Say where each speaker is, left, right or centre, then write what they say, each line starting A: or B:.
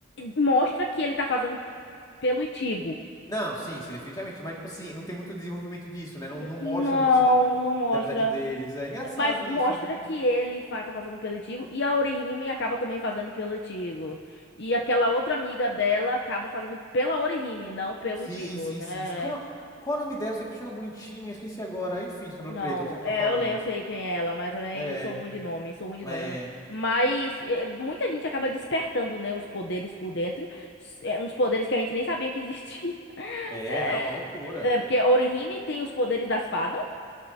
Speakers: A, on the left; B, on the left.
A: mostra que ele tá fazendo pelo Itigo.
B: Não, sim, sim, definitivamente. Mas, tipo assim, não tem muito desenvolvimento disso, né? Não, não mostra
A: Não,
B: muito assim da, ami-
A: não mostra.
B: da amizade deles. É engraçado
A: Mas mostra
B: isso, né?
A: que ele faz, tá fazendo pelo Itigo e a Orihime acaba também fazendo pelo Itigo. E aquela outra amiga dela acaba fazendo pela Orihime, não pelo
B: Sim,
A: Itigo,
B: sim,
A: né?
B: sim. sim. Qual, o- qual o nome dela? Eu sempre achei ela bonitinha, esqueci agora. Enfim, de cabelo
A: Não,
B: preto, eu sei o que
A: é,
B: você tá falando.
A: eu leio, eu sei quem é ela, mas também
B: É,
A: sou ruim de nome, sou ruim de
B: é,
A: nome. Mas é, muita gente acaba despertando, né, os poderes por dentro, s- é, uns poderes que a gente nem sabia que existia. <laughs>
B: é,
A: É,
B: não, uma loucura.
A: é, porque Orihime tem os poderes das fadas,